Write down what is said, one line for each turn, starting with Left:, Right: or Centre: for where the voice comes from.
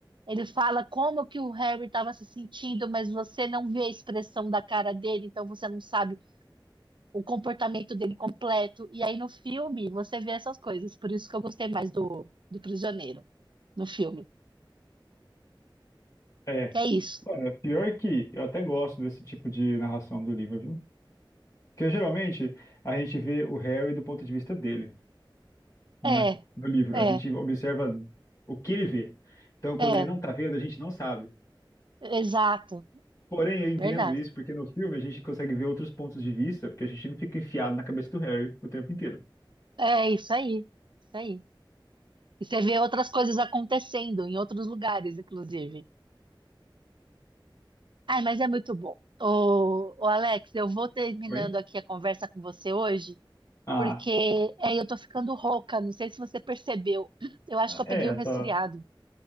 Right: Ele fala como que o Harry estava se sentindo, mas você não vê a expressão da cara dele, então você não sabe o comportamento dele completo. E aí no filme você vê essas coisas. Por isso que eu gostei mais do, do Prisioneiro, no filme.
Left: É.
Right: Que é isso.
Left: Olha, pior que eu até gosto desse tipo de narração do livro, viu? Porque geralmente a gente vê o Harry do ponto de vista dele, não
Right: É,
Left: é? No livro.
Right: é.
Left: A gente observa o que ele vê. Então, quando
Right: É,
Left: ele não tá vendo, a gente não sabe.
Right: Exato,
Left: Porém, eu entendo
Right: verdade.
Left: isso porque no filme a gente consegue ver outros pontos de vista, porque a gente não fica enfiado na cabeça do Harry o tempo inteiro.
Right: É isso aí, isso aí. E você vê outras coisas acontecendo em outros lugares, inclusive. Ai, mas é muito bom. Ô, ô Alex, eu vou terminando
Left: Oi?
Right: aqui a conversa com você hoje,
Left: Ah,
Right: porque é, eu tô ficando rouca, não sei se você percebeu. Eu acho que eu
Left: é,
Right: peguei
Left: a
Right: um resfriado.
Left: sua,